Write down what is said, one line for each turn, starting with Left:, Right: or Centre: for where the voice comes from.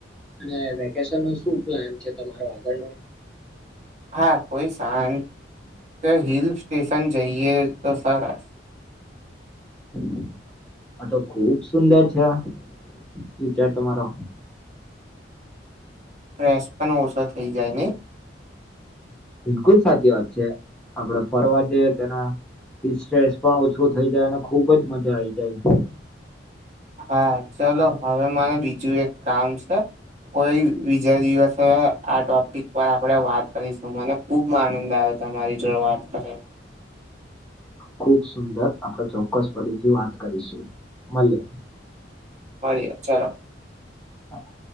Centre: અને વેકેશન ને શું પ્લાન છે તમારો આગળ નો.
Right: હા કોઈ સાન. તે હિલ સ્ટેશન જઈએ તો સરસ.
Centre: <inaudible> આ તો ખુબ સુંદર છે વિચાર તમારો.
Right: ફ્રેશ પણ ઓછો થઈ જાય ને
Centre: બિલકુલ સાચી વાત છે આપડે ફરવા જઈયે તેના સ્ટ્રેસ પણ ઓછું થઈ જાય અને ખુબ જ મજા આઈ જાય.
Right: હા ચલો હવે મને બીજું એક કામ છે. કોઈ બીજા દિવસે આ ટોપિક પર આપડે વાત કરીશું મને ખુબ આનંદ આયો. તમારી જોડે વાત કરીને
Centre: ખુબ સુંદર આપડે ચોક્કસ ફરીથી વાત કરીશું મલિયે.
Right: મળીએ ચલો
Centre: હા.